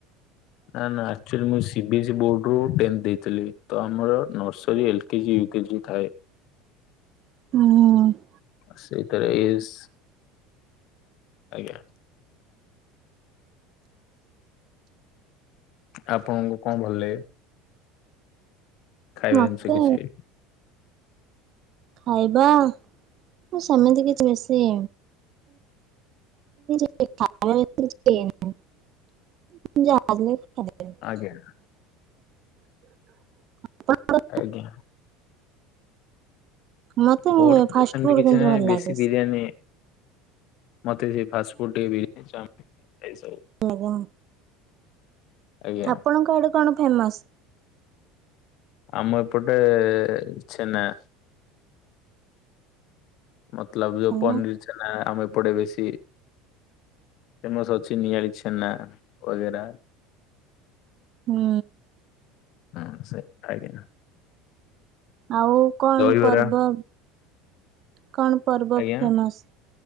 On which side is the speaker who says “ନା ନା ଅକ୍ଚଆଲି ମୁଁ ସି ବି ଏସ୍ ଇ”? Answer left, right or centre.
Left